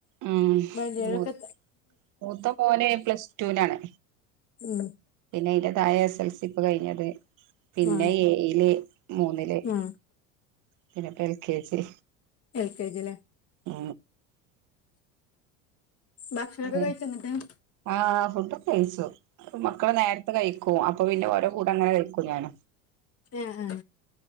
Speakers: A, on the right; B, on the left.
A: ഉം
B: വലിയരൊക്കെ
A: മൂ മൂത്ത പോന പ്ലസ് ടുനാണ്
B: ഉം
A: പിന്നെ അതിറതായ എസ് എൽസി ഇപ്പ കഴിഞ്ഞത് പിന്നെ
B: ആ
A: ഏയില് മൂന്നില്
B: ആ
A: പിന്നെപ്പ L K G
B: L K ജിിലെ
A: ആ
B: ഭക്ഷണൊക്കെ
A: ഉ
B: കഴിച്ചോ ന്നിട്ട്
A: ആഹ് ആ ഫട്ട കഴിച്ചു മക്കള് നേരത്തെ കഴിക്കും അപ്പൊ പിന്നെ ഓരോ കൂടെ അങ്ങനെ കഴിക്കും ഞൻ
B: ആഹ ആഹ